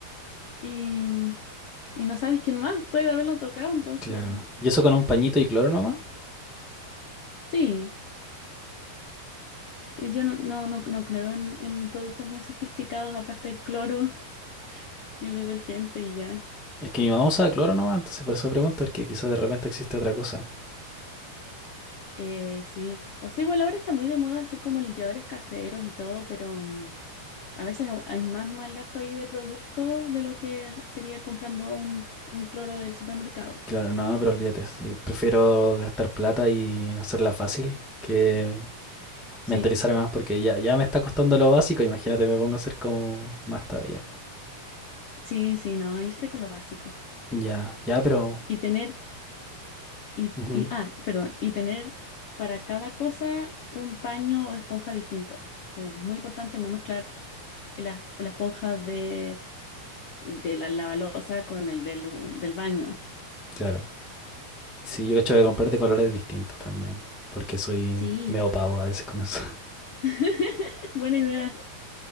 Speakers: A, on the left; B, in the centre.
A: Y, y no sabes quién más puede haberlo tocado, entonces
B: Claro. ¿Y eso con un pañito y cloro nomás?
A: sí, eh, yo no, no, no, no creo en, en productos muy sofisticados, aparte del cloro <laughs> y el detergente y ya.
B: Es que mi mamá usaba cloro nomás, entonces por eso pregunto, porque quizás de repente existe otra cosa.
A: Eh, sí, o sea, igual ahora está muy de moda hacer como limpiadores caseros y todo, pero mm, a veces hay hay más mal gasto ahí de producto de lo que sería comprando un, un cloro del supermercado.
B: Claro, no, pero olvídate. sí, prefiero gastar plata y hacerla fácil que
A: Sí,
B: mentalizarme más, porque ya, ya me está costando lo básico. Imagínate, me pongo a hacer como más todavía.
A: sí, sí, no, irse con lo básico.
B: Ya, ya, pero.
A: Y tener Y,
B: ujú,
A: y- ah, perdón, y tener para cada cosa un paño o esponja distinto. Como es muy importante no mezclar las la esponja de, de la lavalosa con el del, del baño.
B: claro. Sí, yo cacho de comprarte colores distintos también. Porque soy
A: Sí,
B: medio pavo a veces con eso. <laughs>
A: <laughs> buena idea.